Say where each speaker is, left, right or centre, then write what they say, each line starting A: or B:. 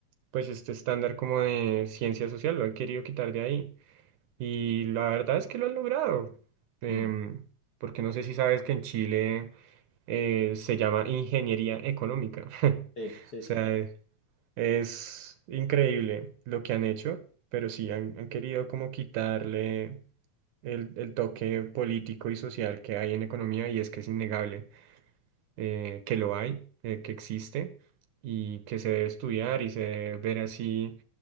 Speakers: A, on the right; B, on the left.
A: pues este estándar como de ciencia social, lo han querido quitar de ahí, y la verdad es que lo han logrado, em,
B: mm,
A: porque no sé si sabes que en Chile eh, se llama ingeniería económica, <laughs> o
B: sí, sí,
A: sea...
B: sí.
A: Es increíble lo que han hecho, pero sí han, han querido como quitarle el, el toque político y social que hay en economía y es que es innegable eh, que lo hay, eh, que existe y que se debe estudiar y se debe ver así